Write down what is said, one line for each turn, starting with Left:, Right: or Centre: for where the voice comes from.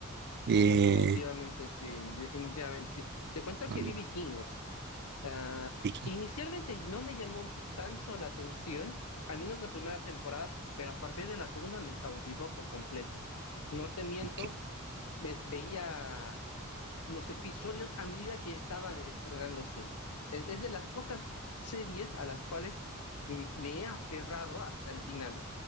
Right: Eh,
Left: Bueno, Definitivamente sí, definitivamente sí. Te cuento
Right: mm,
Left: que vi Vikingos. Ah,
Right: Viking-
Left: inicialmente no me llamó tanto la atención, al menos la primera temporada, pero a partir de la segunda me cautivó por completo. No te miento,
Right: Viking-
Left: ve- veía los episodios a medida que estaban estrenándose. Es, es de las pocas series a las cuales me he aferrado hasta el final,